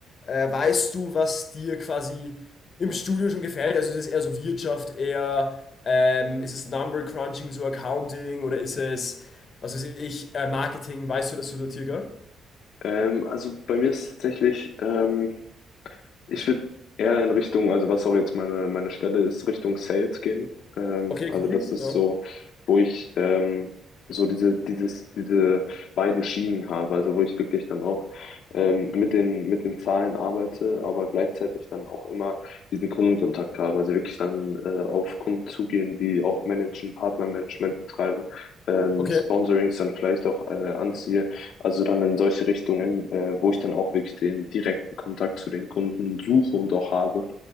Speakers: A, on the left (about 50°); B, on the left (about 70°).
A: äh, weißt du, was dir quasi im Studium schon gefällt? Also ist es eher so Wirtschaft, eher ähm, ist es Number Crunching, so Accounting oder ist es, was weiß ich, äh, Marketing? Weißt du das so sortiert? gell?
B: Ähm, also bei mir ist tatsächlich ähm, Ich würde eher in Richtung, also was auch jetzt meine, meine Stelle ist, Richtung Sales gehen. Ähm,
A: Okay,
B: also
A: cool.
B: das ist
A: Ja.
B: so, wo ich ähm, so diese, dieses, diese beiden Schienen habe, also wo ich wirklich dann auch ähm, mit den, mit den Zahlen arbeite, aber gleichzeitig dann auch immer diesen Kundenkontakt habe. Also wirklich dann äh, auf Kunden zugehen, die auch managen, Partnermanagement betreibe, ähm,
A: Okay,
B: Sponsorings dann vielleicht auch äh, anziehe. Also dann in solche Richtungen, äh, wo ich dann auch wirklich den direkten Kontakt zu den Kunden suche und auch habe.